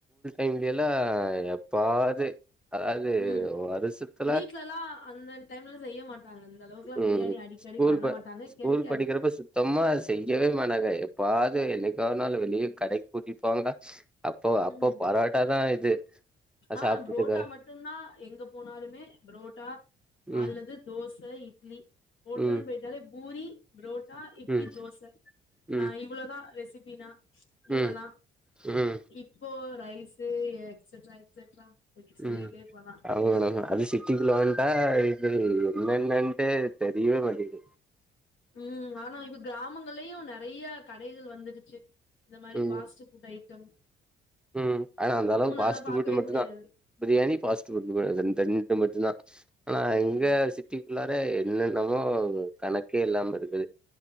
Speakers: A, in the centre; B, on the left.
A: இங்கெய்ல்லா எப்பாது அதாது
B: ம்
A: வருஷத்துல
B: வீட்லல்லா அந்த டைம்லா செய்ய மாட்டாங்க இந்த அளவுக்குல்லா
A: ம்
B: பிரியாணி அடிக்கடி
A: ஸ்கூல்
B: பண்ண
A: ப
B: மாட்டாங்க
A: ஸ்கூல்
B: கெடைக்காது
A: படிக்கிறப்ப சுத்தமா செய்யவே மாட்டாங்க எப்பாது என்னைக்கா ஒருனாலு வெளிய கடைக்கு கூட்டிப்போவாங்க அப்போ அப்போ
B: ம்
A: பரோட்டா தா இது
B: ஆ
A: சாப்ட்டுட்டுக்க
B: புரோட்டா மட்டுன்தா எங்க போனாலுமே ப்ரோட்டா
A: ம்
B: அல்லது தோச இட்லி ஹேட்டல்னு
A: ம்
B: போயிட்டாலே பூரி ப்ரோட்டா இட்லி
A: ம்
B: தோச
A: ம்
B: ஆன் இவ்ளோதா ரெசிபினா முன்னெல்லா
A: ம் ம்
B: இப்போ ரைஷு எக்செட்ரா எக்செட்ரா சொல்லிட்டே
A: ம்
B: போலா
A: அவ்ளோதா
B: ம்
A: அது சிட்டிக்குள்ள வன்டா இது என்னனென்னன்டே தெரியவே மாட்டைக்கு
B: ம் ஆனா இப்ப கிராமங்களலயு நெறயா கடைகள் வந்துருச்சு இந்த மாரி
A: ம்
B: பாஸ்ட் ஐட்டம்
A: ம் ஆனா அந்த அளவுக்கு
B: முன்னல்லா
A: ஃபாஸ்ட்
B: பாக்கவே
A: ஃபுட்டு மட்டுதா
B: முடியாது
A: பிரியாணி ஃபாஸ்ட் ஃபுட் கட இந்த ரெண்டு மட்டு தா ஆனா
B: ம்
A: இங்க சிட்டி குள்ளாரே என்னென்னமோ கணக்கே இல்லாம இருக்குது